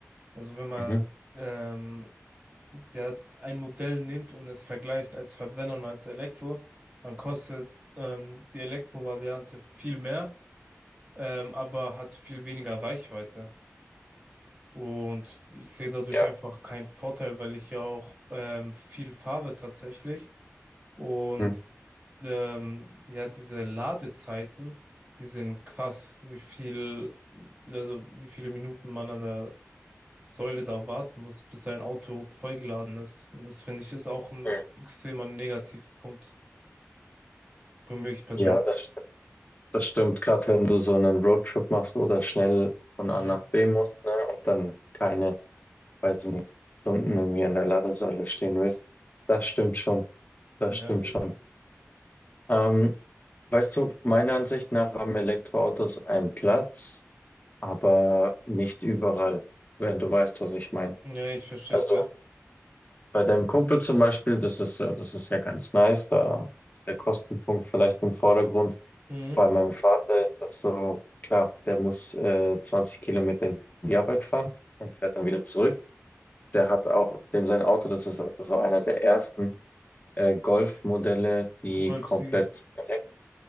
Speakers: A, on the right; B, on the left.
A: Also wenn man
B: Mhm.
A: ähm, ja, ein Modell nimmt und es vergleicht als Verbrenner und als Elektro, dann kostet ähm, die Elektro-Variante viel mehr, ähm, aber hat viel weniger Reichweite. Und ich sehe dadurch
B: Ja.
A: einfach keinen Vorteil, weil ich ja auch ähm, viel fahre tatsächlich. Und
B: Hm.
A: ähm, ja, diese Ladezeiten, die sind krass, wie viel, also wie viele Minuten man an der Säule da warten muss, bis sein Auto vollgeladen ist. Und das finde ich ist auch ein
B: Hm.
A: extremer Negativpunkt für mich persönlich.
B: Ja, das, st- das stimmt. Gerade wenn du so einen Roadtrip machst oder schnell von
A: Mhm.
B: A nach B musst, ne, und dann keine weiß ich nicht, Stunden irgendwie an der Ladesäule stehen willst. Das stimmt schon.
A: Ja,
B: Das stimmt
A: eben.
B: schon. Ähm, weißt du, meiner Ansicht nach haben Elektroautos einen Platz, aber nicht überall, wenn du weißt, was ich meine.
A: Ja, ich verstehe
B: Also
A: es, ja.
B: bei deinem Kumpel zum Beispiel, das ist, äh, das ist ja ganz nice, da ist der Kostenpunkt vielleicht im Vordergrund.
A: Mhm.
B: Bei meinem Vater ist das so, klar, der muss äh, 20 Kilometer in die Arbeit fahren und fährt dann wieder zurück. Der hat auch, dem sein Auto, das ist, das war einer der ersten äh, Golf-Modelle, die
A: Golf
B: komplett
A: sieben
B: elektrisch,